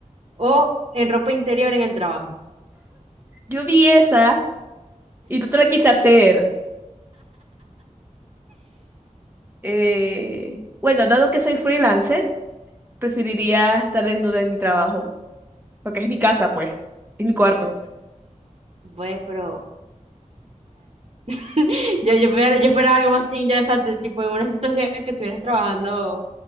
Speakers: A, on the right; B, on the right.
A: o en ropa interior en el trabajo?
B: Yo vi esa y no te la quise hacer. Eh, bueno, dado que soy freelancer, preferiría estar desnuda en mi trabajo, porque es mi casa, pues. Es mi cuarto.
A: Bueno, pero, <laughs> Yo, yo, esper- yo esperaba algo más interesante, tipo en una situación en que estuvieras trabajando,